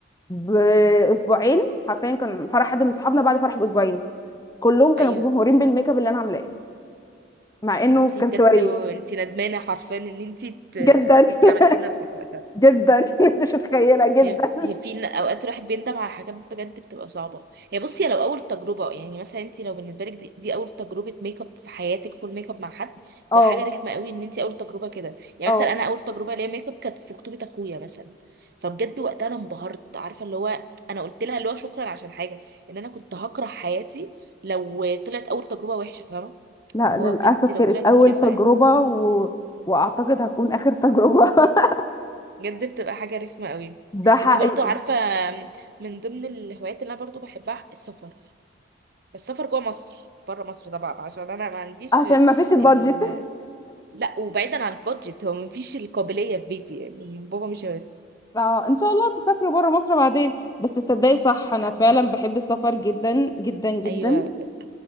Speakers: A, on the left (about 20°); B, on the right (about 50°).
A: باسبوعين حرفيا كان فرح حد من صحابنا بعد فرح باسبوعين كلهم كانوا
B: ايوه
A: مبهورين بالميك اب اللي انا عاملاه مع انه
B: انتي
A: كان
B: بجد
A: سواريه
B: انتي ندمانة حرفيا ان انتي ت...
A: جدا <laughs>
B: كنتي عملتيه لنفسك وقتها
A: جدا <laughs> انت مش متخيله جدا
B: هي هي في ن- اوقات الواحد بيندم على حاجات بجد بتبقى صعبة هي بصي هي لو اول تجربة يعني مثلا انتي لو بالنسبة لك دي, دي اول تجربة ميك اب في حياتك فول ميك اب مع حد بتبقى
A: اه
B: حاجة رخمة قوي ان انتي اول تجربة كده يعني
A: اه
B: مثلا انا اول تجربة ليا ميك اب كانت في خطوبة اخويا مثلا فبجد وقتها انا انبهرت عارفة اللي هو انا قلت لها اللي هو شكرا عشان حاجة ان انا كنت هكره حياتي لو طلعت اول تجربة وحشة فاهمة
A: لا
B: اللي هو
A: للأسف
B: بجد لو
A: كانت
B: طلعت
A: أول
B: مقرفة
A: تجربة
B: يعني
A: و... وأعتقد هتكون آخر تجربة <laughs>
B: بجد بتبقى حاجة رخمة قوي
A: ده حقيقي
B: انت برضو عارفة من ضمن الهوايات اللي انا برضو بحبها السفر بس السفر جوه مصر بره مصر طبعا عشان انا ما عنديش
A: عشان ما فيش البادجت
B: ال... لا وبعيدا عن البادجت هو مفيش القابلية في بيتي يعني بابا مش
A: فإن شاء الله تسافري بره مصر بعدين بس تصدقي صح أنا
B: هيوافق
A: فعلا بحب السفر جدا جدا جدا
B: ايوه